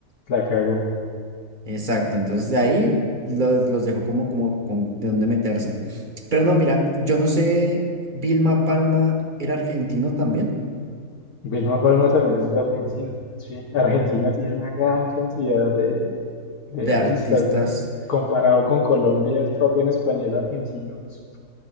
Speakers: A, on the left; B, on the right.
A: la cagó.
B: Exacto, entonces de ahí los, los dejo como, como con de dónde meterse. Pero no, mira, yo no sé, Vilma Palma era argentino también,
A: Vilma Palma también es de Argentina. Sí, Argentina tiene una gran cantidad de, de
B: de
A: artistas,
B: artistas,
A: ¿no? Comparado con Colombia, el rock en español argentino es